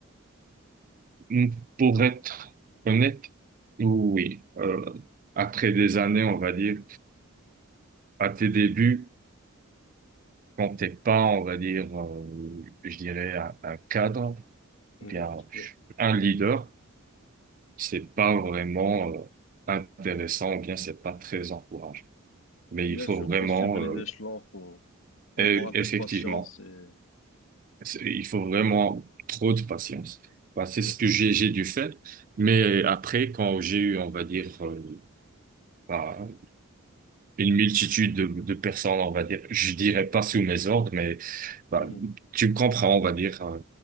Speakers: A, on the right (about 40°); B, on the left (about 70°).
A: Hmm, Pour être honnête, oui, euh, après des années, on va dire, à tes débuts, quand t'es pas, on va dire, euh, je dirais, un, un cadre,
B: Mhm,
A: ou bien
B: Oui.
A: un leader, c'est pas vraiment euh, intéressant, ou bien c'est pas très encouragé. Mais
B: Bien
A: il faut
B: sûr,
A: vraiment,
B: faut suivre les
A: euh,
B: échelons, faut, faut
A: e-
B: avoir un peu
A: effectivement,
B: de patience et
A: c'est- il faut vraiment trop de patience. Bah, c'est
B: oui,
A: ce que j'ai j'ai dû faire. Mais après, quand j'ai eu, on va dire, euh, bah, une multitude de, de personnes, on va dire, je dirais pas sous mes ordres, mais bah,
B: mhm,
A: tu me comprends, on va dire. euh,